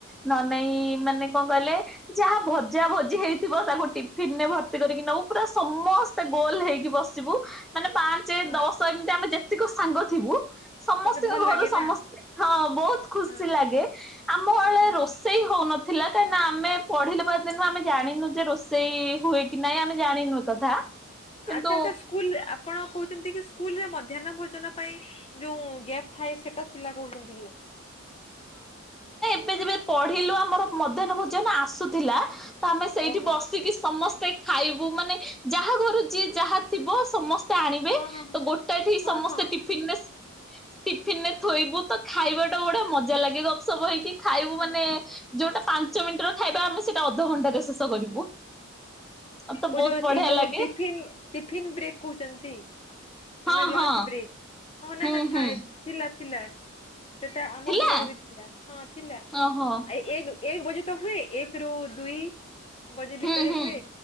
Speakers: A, in the centre; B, on the left (about 25°).
A: ନ ନେଇ ମାନେ କଣ କହିଲେ ଯାହା ଭଜା ଭଜି ହେଇଥିବ ତାକୁ ଟିଫିନରେ ଭର୍ତ୍ତି କରିକି ନଉ ପୁରା ସମସ୍ତେ ଗୋଲ ହେଇକି ବସିବୁ। ମାନେ ପାଞ୍ଚ
B: ହଁ
A: ଦଶ ଏମିତି ଆମେ ଯେତେ ଯେତିକି ସାଙ୍ଗ ଥିବୁ ସମସ୍ତଙ୍କ
B: ସେମିତି ଭଲ
A: ଘରୁ
B: ଲାଗେ
A: ସମସ୍ତେ
B: ନା
A: ହଁ ବହୁତ ଖୁସି
B: ହଁ।
A: ଲାଗେ ଆମ ବଳେ
B: ହଁ
A: ରୋଷେଇ ହଉନ ଥିଲା କାହିଁକି ନା ଆମେ ପଢ଼ିଲେ ପିଲାଦିନୁ ଆମେ ଜାଣିନୁ ଯେ ରୋଷେଇ ହୁଏ କି ନାଇଁ ଆମେ ଜାଣିନୁ କଥା କିନ୍ତୁ
B: ଆଚ୍ଛା ଆଚ୍ଛା ସ୍କୁଲରେ ଆପଣ କହୁଛନ୍ତି କି ସ୍କୁଲରେ ମଧ୍ୟାହନ ଭୋଜନ ପାଇଁ ଯୋଉ ଗ୍ୟାପ୍ ଥାଏ ସେଟା ଥିଲା କହୁନାନ୍ତି କି <inaudible>
A: ଏ ଯେବେ ପଢିଲୁ ଆମର ମଧ୍ୟାହ୍ନ ଭୋଜନ ଆସୁଥିଲା ତ ଆମେ ସେଇଠି
B: ଓହୋ
A: ବସିକି ସମସ୍ତେ। ଖାଇବୁ ମାନେ ଯାହା ଘରୁ ଯିଏ ଯାହା ଥିବ ସମସ୍ତେ ତ ଆଣିବେ
B: ହଁ ହଁ
A: ତ
B: ହଁ
A: ଗୋଟେ ଏଠି
B: ହଁ
A: ସମସ୍ତେ
B: ହଁ
A: ଟିଫିନରେ। ଟିଫିନ ରେ ଥୋଇବୁ ତ ଖାଇବାଟା ବଢଡଆ ମଜା ମଜା ଲାଗେ ଗପସପ ହେଇକି। ଖାଇବୁ ମାନେ
B: ହଁ ହୁଁ
A: ଯୋଉଟା ପାଞ୍ଚ ମିନିଟ ର ଖାଇବା ଆମେ ସେଇଟା ଅଧଘଣ୍ଟାରେ ଶେଷ କରିବୁ। ଆଉ ତ
B: ହୁଁ
A: ବହୁତ
B: ଯୋଉ
A: ବଢିଆ
B: ଏ ଯୋଉଟି
A: ଲାଗେ
B: ଟିଫିନ ଟିଫିନ ବ୍ରେକ୍ କହୁଛନ୍ତି।
A: ହଁ
B: ଆମେ ଲଞ୍ଚ
A: ହଁ
B: ବ୍ରେକ୍। ହଁ
A: ହୁଁ
B: ନାଇଁ ନା ଥାଏ
A: ହୁଁ
B: ଥିଲା। ଥିଲା ସେଟା ଆମ
A: ଥିଲା
B: ବଲରେ ବି ଥିଲା ହଁ ଥିଲା ଆ
A: ଓହୋ
B: ଏ ଏକ ବଜେ ତ ହୁଏ ଏକ ରୁ ଦୁଇ ବଜେ
A: ହୁଁ
B: ଭିତରେ
A: ହୁଁ
B: ହୁଏ